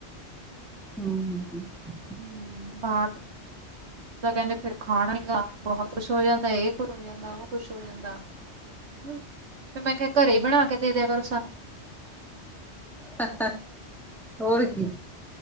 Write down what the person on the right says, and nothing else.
ਹੰਮ, ਬਾਹਰ <inaudible> ਤਾਂ ਕਹਿੰਦੇ ਫਿਰ ਖਾਣਾ ਈ ਆ ਬਹੁਤ ਕੁਛ ਹੋ ਜਾਂਦਾ ਇਹ। ਹੋ ਜਾਂਦਾ ਉਹ ਕੁਛ ਹੋ ਜਾਂਦਾ ਹੰਮ। ਫਿਰ ਮੈਂ ਕਿਹਾ ਘਰੇ ਹੀ ਬਣਾ ਕੇ ਦੇ ਦਿਆ ਕਰੋ ਸਾਨੂੰ।